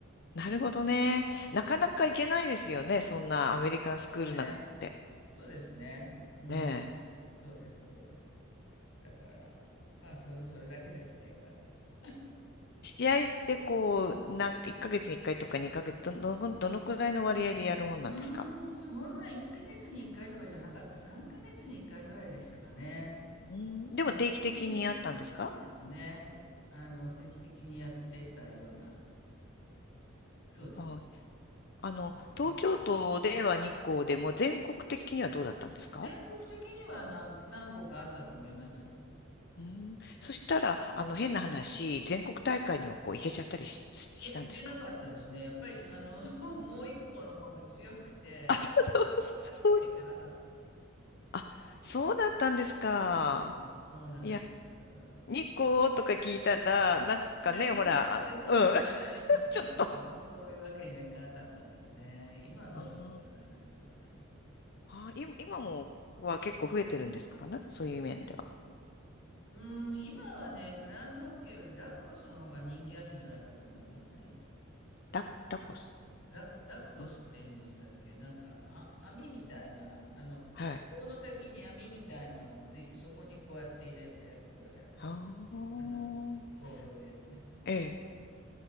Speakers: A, on the left; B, on the left.
A: なるほどね。
B: ね。
A: なかなか行けないですよね。そんなアメリカンスクールなんて。
B: そうですね。そうですね。うん。
A: ねえ。
B: そうです、そうです。だから、まあ、それ、それだけですね、よかったの。
A: 試合ってこう、なん、1ヶ月に1回とか2ヶ月、ど、どの、どのくらいの割合でやるもんなんですか
B: うーん、そんな1ヶ月に1回とかじゃなかった、3ヶ月に1回ぐらいでしたかね。
A: うん、でも定期的にやったんですか
B: うん、そんなに、そうですね。あの、定期的にやってたような、そうです。
A: はいあの、
B: うん
A: 東京都、令和日校でも全国的にはどうだったんですか
B: 全国的には何、何校かあったと思いますよ。
A: うん。そしたら、あの、変な話、全国大会にもこう行けちゃったりし、ししたんですか
B: いや、いけなかったですね。やっぱり、あの、<laughs> もう一個の方が強くて、
A: <laughs>
B: うちは勝ったことがなかったです。
A: そう、そう、そういう。あ、そうだったんですか。
B: でそうなんです。
A: いや、
B: う
A: 日光とか聞いたら、
B: ん
A: なんかね、
B: なんかね、
A: ほら、
B: 勝てそうな感じもしますでしょ。
A: あうん、<laughs> ちょっと。
B: そういうわけにはいかなかったんですね。今はどうだか知らないですけどね。
A: あーあー、今今もは結構増えてるんですかね、そういう面では。
B: うん、今はね、グランドホッケーよりラクロスの方が人気あるんじゃないかと思いますね。
A: ラ、ラコス。
B: ラク、ラクロスって言うんでしたっけなんか、
A: ん
B: あ、網みたいな、あの、
A: はい。
B: 棒の先に網みたいなのをついて、そこにこうやって入れて、こうやる。
A: ああ、
B: あの、ボールを入れて、こう。
A: ええ、